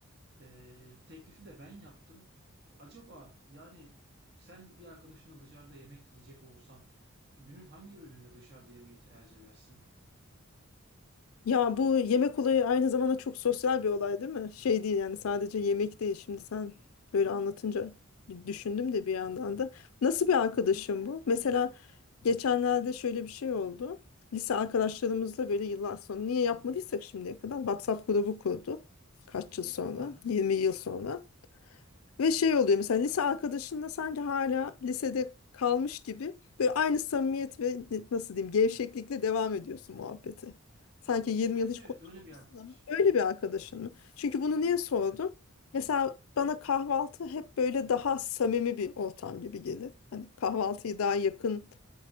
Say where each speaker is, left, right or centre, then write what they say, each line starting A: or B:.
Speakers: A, on the right; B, on the left.
A: Ee, teklifi de ben yaptım. Acaba yani sen bir arkadaşınla dışarıda yemek yiyecek olsan günün hangi öğününde dışarıda yemeği tercih edersin?
B: Ya bu yemek olayı aynı zamanda çok sosyal bir olay değil mi? Şey değil yani sadece yemek değil. Şimdi sen böyle anlatınca bir düşündüm de bir yandan da. Nasıl bir arkadaşım bu? Mesela geçenlerde şöyle bir şey oldu. Lise arkadaşlarımızla böyle yıllar sonra niye yapmadıysak şimdiye kadar WhatsApp grubu kurduk. Kaç yıl sonra?
A: Aha.
B: 20 yıl sonra. Ve şey oluyor mesela lise arkadaşınla sanki hala lisede kalmış gibi böyle aynı samimiyet ve nasıl diyeyim gevşeklikle devam ediyorsun muhabbete. Sanki 20
A: Evet
B: yıl hiç
A: evet
B: konuşmamışsın
A: öyle bir arkadaş.
B: ama öyle bir arkadaşın mı? Çünkü bunu niye sordum?
A: Evet.
B: Mesela bana kahvaltı hep böyle daha samimi bir ortam gibi gelir. Hani kahvaltıyı daha yakın